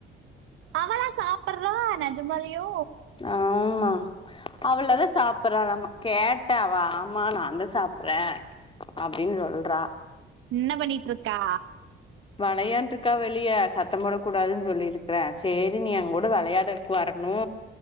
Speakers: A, on the right; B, on the left.
A: அவள்லா சாப்புறாலா நெஜமாலுயு
B: ஆம்மா அவளதா சாப்புறாலாம்மா கேட்டாவா ஆமா நா தா சாப்புறே அப்டின் சொல்றா
A: என்ன பண்ணிட்ருக்கா
B: வளயான்ட்ருக்கா வெளிய சத்தோ போடக் கூடாதுன் சொல்லிருக்றே சேரி நீ எங்கூட வெளயாட க்குவர்ணு